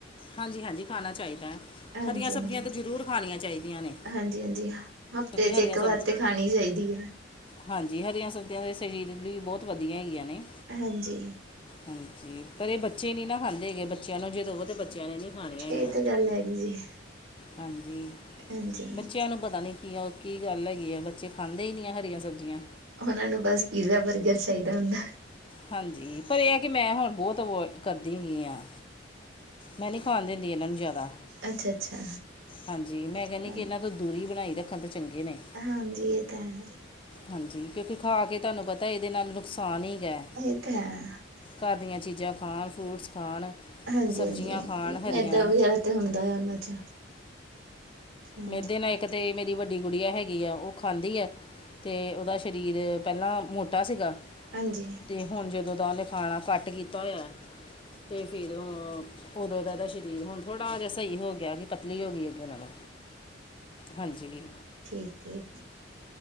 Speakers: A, on the left; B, on the right.
A: ਹਾਂਜੀ ਹਾਂਜੀ ਖਾਨਾ ਚਾਈਦੈ।
B: ਹਾਂਜੀ
A: ਹਰੀਆਂ ਸਬਜ਼ੀਆਂ
B: ਹਾਂਜੀ
A: ਤਾਂ ਜ਼ਰੂਰ ਖਾਨੀਆਂ ਚਾਈਦੀਆਂ ਨੇ
B: ਹਾਂਜੀ ਹਾਂਜੀ ਹਫ਼ਤੇ
A: ਕਿਉਂਕਿ
B: ਚ ਇੱਕ
A: ਹਰੀਆਂ
B: ਵਾਰ
A: ਸਬ
B: ਤੇ ਖਾਣੀ ਚਾਹੀਦੀ ਐ
A: ਹਾਂਜੀ, ਹਰੀਆਂ ਸਬਜ਼ੀਆਂ ਦੇ ਸਰੀਰ ਲਈ ਵੀ ਬਹੁਤ ਵਧੀਆਂ ਹੈਗੀਆਂ ਨੇ
B: ਹਾਂਜੀ।
A: ਹਾਂਜੀ, ਪਰ ਏ ਬੱਚੇ ਨੀ ਨਾ ਖਾਂਦੇ ਹੈਗੇ ਬੱਚਿਆਂ ਨੂੰ ਜੇ ਦਵੋ ਤੇ ਬੱਚੇ ਨੇ ਨੀ ਖਾਣੀਆਂ ਹੈਗੀਆ,
B: ਇਹ ਤੇ ਗੱਲ ਹੈਗੀ ਜੀ
A: ਹਾਂਜੀ ਬੱਚੇ
B: ਹਾਂਜੀ
A: ਬੱਚਿਆਂ ਨੂੰ ਪਤਾ ਨੀ ਕੀ ਕੀ ਗੱਲ ਐਗੀ ਆ ਬੱਚੇ ਖਾਂਦੇ ਈ ਨੀ ਆ ਹਰੀਆਂ ਸਬਜ਼ੀਆਂ।
B: ਓਨਾਂ ਨੂੰ ਬਸ ਪੀਜ਼ਾ-ਬਰਗਰ ਚਾਹੀਦਾ ਹੁੰਦਾ।
A: ਹਾਂਜੀ ਪਰ ਏ ਐ ਕੀ ਮੈਂ ਹੁਣ ਬੋਤ ਵੋ ਕਰਦੀ ਹੈਗੀ ਆਂ। ਮੈਂ ਨੀ ਖਾਨ ਦਿੰਦੀ ਇਨਾਂ ਨੂੰ ਜਾਦਾ
B: ਅੱਛਾ ਅੱਛਾ
A: ਹਾਂਜੀ ਮੈਂ ਕਹਿਣੀ,
B: ਹਾਂ
A: ਕਿ ਇਹਨਾਂ ਤੋਂ ਦੂਰੀ ਬਣਾਈ ਰੱਖਣ ਤੇ ਚੰਗੇ ਨੇ।
B: ਹਾਂਜੀ ਇਹ ਤਾਂ ਹੈ‌।
A: ਹਾਂਜੀ, ਕਿਉਂਕਿ ਖਾ ਕੇ ਤੁਹਾਨੂੰ ਪਤਾ ਇਹਦੇ ਨਾਲ਼ ਨੁਕਸਾਨ ਈ ਗਾ।
B: ਇਹ ਤੇ ਹੈ।
A: ਘਰ ਦੀਆਂ ਚੀਜ਼ਾਂ ਖਾਣ ਫ਼ਰੂਟਸ ਖਾਣ।
B: ਹਾਂਜੀ-
A: ਸਬਜ਼ੀਆਂ
B: ਹਾਂਜੀ
A: ਖਾਣ ਹਰੀਆਂ
B: ਮੈਦਾ ਵਗੈਰਾ ਤੇ ਹੁੰਦਾ ਆ ਉਹਨਾਂ ਚ। ਹਾਂਜੀ
A: ਮੈਦੇ ਨਾ ਇੱਕ ਤਾਂ ਮੇਰੀ ਵੱਡੀ ਗੁੜੀਆਂ ਹੈਗੀ ਆ ਉਹ ਖਾਂਦੀ ਆ। ਅਤੇ ਉਹਦਾ ਸਰੀਰ ਪਹਿਲਾਂ ਮੋਟਾ ਸੀਗਾ
B: ਹਾਂਜੀ।
A: ਅਤੇ ਹੁਣ ਜਦੋਂ ਤਾਂ ਉਹਨੇ ਖਾਣਾ ਘੱਟ ਕੀਤਾ ਹੋਇਆਂ ਤੇ ਫ਼ਿਰ ਉਦੋਂ ਦਾ ਦਾ ਸਰੀਰ ਹੁਣ ਥੋੜ੍ਹਾ ਜਾ ਸਹੀ ਹੋ ਗਿਆ। ਪਤਲੀ ਹੋ ਗਈ ਅੱਗੇ ਨਾਲੋਂ, ਹਾਂਜੀ।
B: ਠੀਕ ਏ ਜੀ।